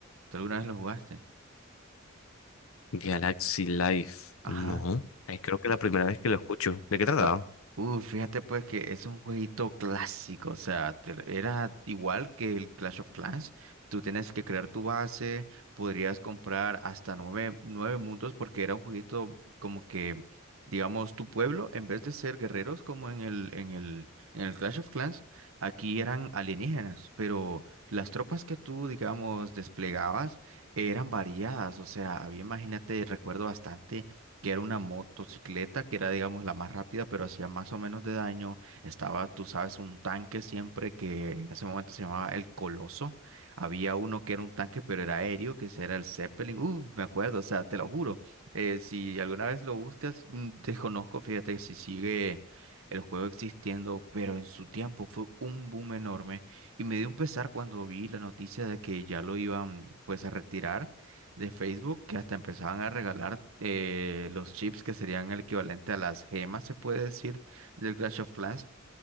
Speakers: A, on the right; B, on the left.
A: ¿Tú alguna vez lo jugaste?
B: Galaxy Life,
A: Ajá.
B: no, eh, creo que es la primera vez que lo escucho. ¿De qué trataba?
A: Pues, uh, fíjate pues que es un jueguito clásico, o sea, te- era igual que el Clash of Clans. Tú tienes que crear tu base, podrías comprar hasta nueve, nueve mundos porque era un jueguito como que, digamos, tu pueblo, en vez de ser guerreros como en el, en el, en el Clash of Clans, aquí eran alienígenas, pero las tropas que tú, digamos, desplegabas eran variadas, o sea, había, imagínate, recuerdo bastante que era una motocicleta, que era, digamos, la más rápida, pero hacía más o menos de daño. Estaba, tú sabes, un tanque siempre que en ese momento se llamaba el Coloso. Había uno que era un tanque, pero era aéreo, que ese era el Zeppelin. Uf, me acuerdo, o sea, te lo juro. Eh, si alguna vez lo buscas, mm, desconozco, fíjate si sigue el juego existiendo, pero en su tiempo fue un boom enorme. Y me dio un pesar cuando vi la noticia de que ya lo iban, pues, a retirar de Facebook que hasta empezaban a regalar eh, los chips que serían el equivalente a las gemas, se puede decir, del Clash of Clans